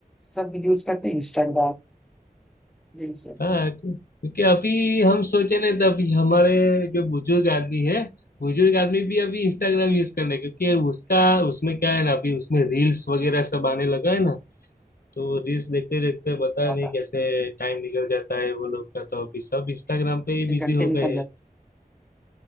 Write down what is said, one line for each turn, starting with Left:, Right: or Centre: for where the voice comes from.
Centre: सब यूज करते हैं इंस्टाग्राम यही सब
Left: हाँ क्योंकि अभी हम सोचे नहीं तो अभी हमारे जो बुजुर्ग आदमी है बुजुर्ग आदमी भी अभी इंस्टाग्राम यूज करना है क्योंकि उसका उसमें क्या है ना अभी उसमें रील्स वगैरह सब आने लगा है ना तो रील्स देखते देखते
Centre: ज्यादा
Left: पता नहीं कैसे टाइम निकल जाता है वो लोग का तो अभी सब इंस्टाग्राम पे
Centre: इतने
Left: ही बिजी
Centre: घंटे
Left: हो
Centre: निकल
Left: गए
Centre: जाते
Left: हैं